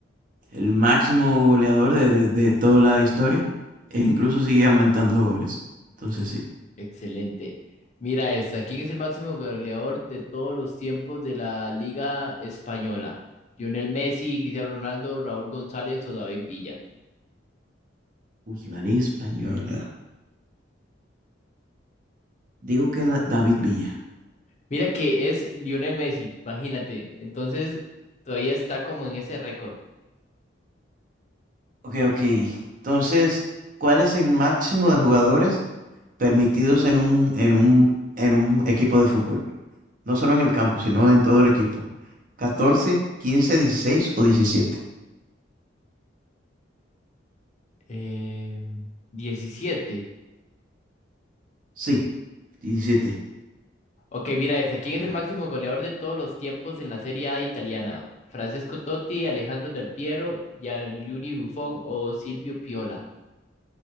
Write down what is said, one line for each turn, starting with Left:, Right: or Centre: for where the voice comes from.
Right: el máximo goleador de, de- de toda la historia e incluso sigue aumentando goles. Entonces sí.
Left: Excelente. Mira esta. ¿Quién es el máximo goleador de todos los tiempos de la Liga Española? ¿Lionel Messi, Cristiano Ronaldo, Raúl González o David Villa?
Right: Uf, la ley española. Digo que la, David Villa.
Left: Mira que es Lionel Messi, imagínate. Entonces, todavía está como en ese récord.
Right: Ok, ok. Entonces, ¿cuál es el máximo de jugadores permitidos en un, en un, en un equipo de fútbol? No solo en el campo, sino en todo el equipo. Catorce, quince, dieciséis o diecisiete.
Left: Eh, 17.
Right: Sí, diecisiete,
Left: Ok, mira esta. ¿Quién
Right: Correcto.
Left: es el máximo goleador de todos los tiempos en la Serie A italiana? ¿Francesco Totti, Alejandro Del Piero, Gianluigi Buffon o Silvio Piola?